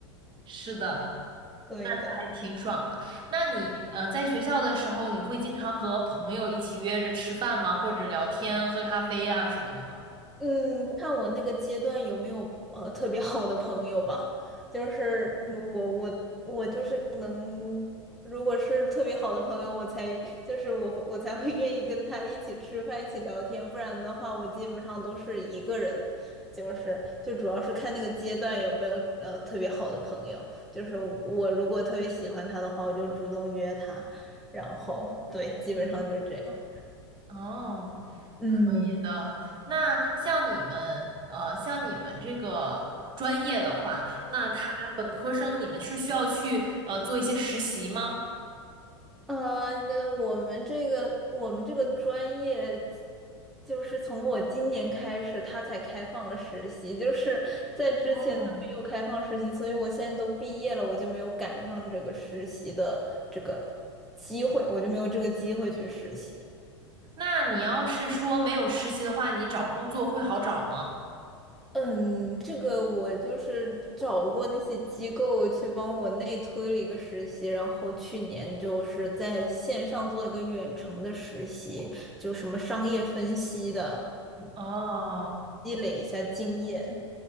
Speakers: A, on the right; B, in the centre.
A: 是的，
B: 对的。
A: 那这还挺爽的。那你，呃，在学校的时候，你会经常和朋友一起约着吃饭吗？或者聊天、喝咖啡呀什么的吗？
B: 嗯，看我那个阶段有没有呃特别好的朋友吧。就是嗯我我我就是能，如果是特别好的朋友，我才就是我会我才会愿意跟他一起吃饭、一起聊天。不然的话，我基本上都是一个人。就是就主要是看那个阶段有没有呃特别好的朋友。就是我如果特别喜欢他的话，我就主动约他。然后对，基本上就是这样。
A: 哦，
B: 嗯，
A: 可以的。那像你们，呃，像你们这个专业的话，那他本科生你们是需要去呃做一些实习吗？
B: 呃，那我们这个我们这个专业，就是从我今年开始，他才开放了实习，就是在之前他没有开放实习，
A: 哦，
B: 所以我现在都毕业了，我就没有赶上这个实习的这个机会，我就没有这个机会去实习。
A: 那你要是说没有实习的话，你找工作会好找吗？
B: 嗯，这个我就是找过那些机构去帮我内推了一个实习，然后去年就是在线上做了一个远程的实习，就什么商业分析的。
A: 哦，
B: 积累一下经验。